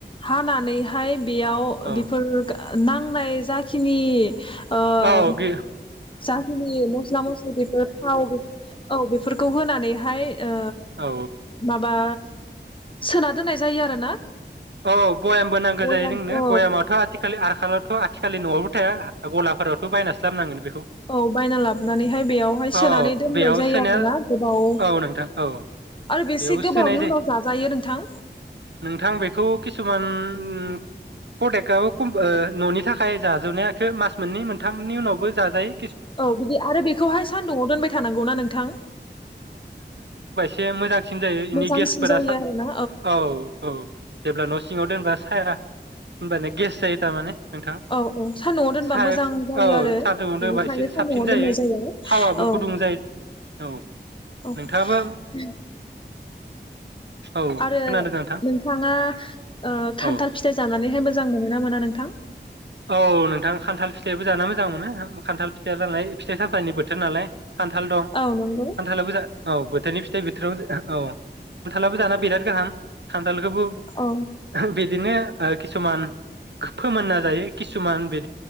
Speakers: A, on the left; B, on the right.
A: हानानैहाय बेयाव
B: औ
A: बेफोर गा ओ नांनाय जाखिनि ओ
B: औ गे
A: जाखिनि मस्ला-मस्लि बेफोर थाव औ बेफोर फोरखौ होनानैहाय ओ
B: औ
A: माबा सोना दोननाय जायो आरोना।
B: औ बयामबो नांगो
A: बयाम
B: जायो जोंनो
A: औ
B: बयामाथ' आथिखालनि आर खालावथ' आथिखालनि नआवबो थाया गलाफोरावथ' बायनासो लाबनांगोन बेखौ।
A: औ बायना लाबनानैहाय बेयावहाय सोनानै
B: औ औ
A: दोननाय
B: बेयाव
A: जायो
B: सोनाया
A: आरोना गोबाव
B: औ नोंथां औ
A: आरो बेसे
B: बेयाव
A: गोबावनि
B: सोनाय जायो
A: उनाव जाजायो नोंथां।
B: नोंथां बेखौ किसुमान प्रडाक्टआबो खम ओ ननि थाखाय जाजोबनायाखो मास मोननै मोनथामनि उनावबो जाजायो।
A: औ बिदि आरो बेखौहाय सान्दुआव दोनबाय थानांगौना नोंथां?
B: बे मोजां। बांसिन जायो
A: मोजांसिन
B: इनि गेसफोरा
A: जायो
B: सा
A: आरोना
B: औ औ। जेब्ला न' सिङाव दोनबा साया होनब्लानो गेस जायो थारमाने। नोंथां
A: औ औ सान्दुंआव दोनबा
B: साया
A: मोजां
B: औ
A: जायो आरो
B: सान्दुंआव दोनबा
A: बिनिखायनो
B: एसे
A: सान्दुंआव
B: साबसिन
A: दोननाय जायो
B: थावाबो
A: औ औ
B: गुदुं जायो औ
A: औ
B: नोंथाङाबो
A: <unintelligible>
B: औ
A: आरो
B: खोनादों नोंथां
A: नोंथाङा ओ खान्थाल
B: औ
A: फिथाइ जानानैहाय मोजां मोनोना मोना नोंथां?
B: औ नोंथां खान्थाल फिथाइबो जानो मोजां मोनो खान्थाल फिथाइ जानाय फिथाइ-सामथाइनि बोथोर नालाय। खान्थाल दं।
A: औ नंगौ
B: खान्थालाबो जा औ बोथोरनि फि थो बिथोराव जो <unintelligible> औ खान्थालाबो जाना बिराद गाहाम। खान <unintelligible> बि
A: औ
B: बिदिनो ओ किसुमान फोमोनना जायो किसुमान बे